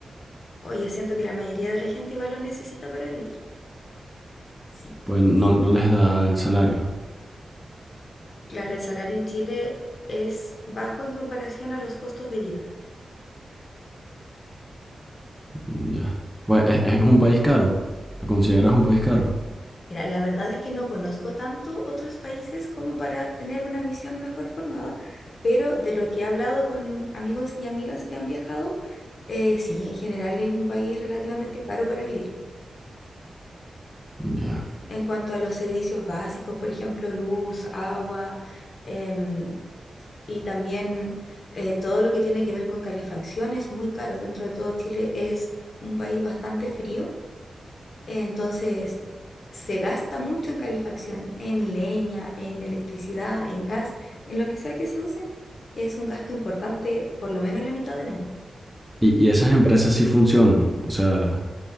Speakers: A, on the left; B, in the centre.
A: O yo siento que la mayoría de la gente igual lo necesita para vivir. Sí,
B: Pues no, no les da el salario.
A: claro, el salario en Chile es bajo en comparación a los costos de vida.
B: Mm, Ya. Pues es, es un país caro. ¿Lo consideras un país caro?
A: Mira, la verdad es que no conozco tanto otros países como para tener una visión mejor formada, pero de lo que he hablado con amigos y amigas que han viajado, eh, sí, en general es un país relativamente caro para vivir.
B: Mm, Ya.
A: En cuanto a los servicios básicos, por ejemplo, luz, agua, em, y también eh, todo lo que tiene que ver con calefacción es muy caro. Dentro de todo Chile es un país bastante frío, eh, entonces se gasta mucho en calefacción, en leña, en electricidad, en gas, en lo que sea que se use, es un gasto importante por lo menos la mitad del año.
B: Y, y esas empresas sí funcionan. O sea,